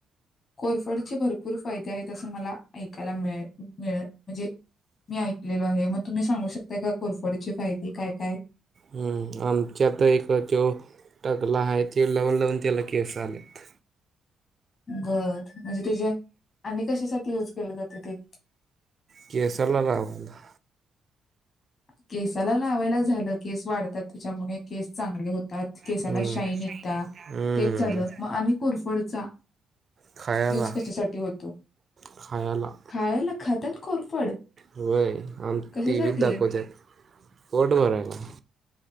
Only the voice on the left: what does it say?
कोरफडचे भरपूर फायदे आहेत असं मला ऐकायला मिळ मिळ म्हणजे मी ऐकलेलो आहे. मग तुम्ही सांगू शकताय का कोरफडची फायदे काय काय?
बर म्हणजे ते जे आणि कशासाठी युज केलं जातं ते?
केसाला लावायला झालं. केस वाढतात. त्याच्यामुळे केस चांगले होत. त्या केसाला
शाईन येती
तेच झालं मग आणि कोरफडचा?
युज कशासाठी होतो?
खायला खातात कोरफड
कशासाठी?